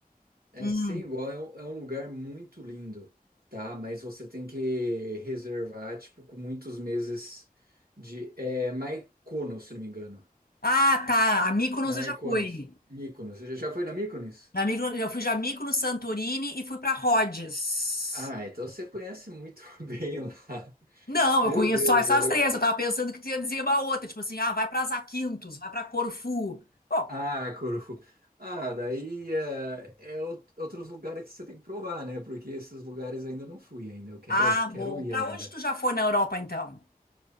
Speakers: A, on the right (about 75°); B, on the left (about 85°).
A: É
B: Hum.
A: sem igual, é um, é um lugar muito lindo, tá? Mas você tem que reservar, tipo, com muitos meses de... É Mykonos, se não me engano.
B: Ah, tá. A Mykonos
A: É Mykonos.
B: eu já fui.
A: Mykonos. Você já foi na Mykonos?
B: Na Mykonos, eu fui já Mykonos, Santorini e fui pra Rhodes.
A: Ah, então você conhece muito <laughs> bem lá.
B: Não,
A: Meu
B: eu conheço
A: Deus,
B: só essas
A: ela...
B: três. Eu tava pensando que tu ia dizer uma outra, tipo assim, ah, vai pra Zakynthos, vai pra Corfu. Bom,
A: Ah, Corfu. Ah, daí é, é out- outros lugares que você tem que provar, né? Porque esses lugares ainda não fui ainda. Eu quero,
B: Ah,
A: quero
B: bom.
A: ir
B: Para
A: ainda.
B: onde tu já foi na Europa, então?